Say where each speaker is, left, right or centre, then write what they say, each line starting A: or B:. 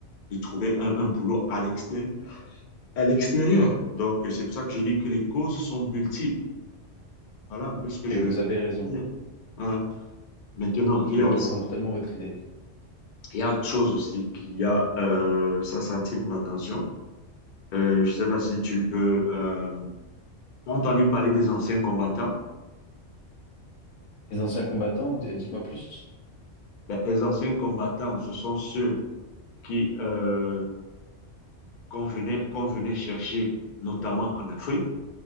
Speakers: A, on the left (about 50°); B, on the left (about 80°).
A: de trouver un, un, boulot à l'extérieur. À l'extérieur. Donc, c'est pour ça que j'ai dit que les causes sont multiples. Voilà un peu ce que je
B: Et vous
A: veux
B: avez raison.
A: dire. Voilà. Maintenant,
B: Je,
A: il y a
B: je
A: aussi
B: rejoins totalement votre idée.
A: Il y a autre chose aussi qui a, euh, ça, ça attire mon attention. Euh, je ne sais pas si tu peux, euh, t'as entendu parler des anciens combattants.
B: Les anciens combattants, d- dites-moi plus.
A: Ben, les anciens combattants, ce sont ceux qui, euh, qu'on venait, qu'on venait chercher, notamment en Afrique,